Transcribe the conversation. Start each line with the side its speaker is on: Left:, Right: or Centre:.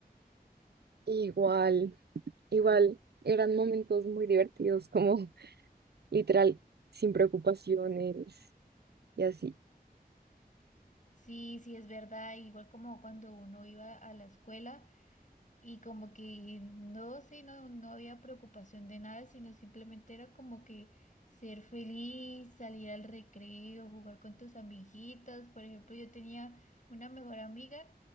Right: Igual, igual, eran momentos muy divertidos, como <laughs> literal, sin preocupaciones y así.
Left: Sí, sí, es verdad, igual como cuando uno iba a la escuela. Y como que no, sí, no, no había preocupación de nada, sino simplemente era como que ser feliz, salir al recreo, jugar con tus amiguitas. Por ejemplo, yo tenía una mejor amiga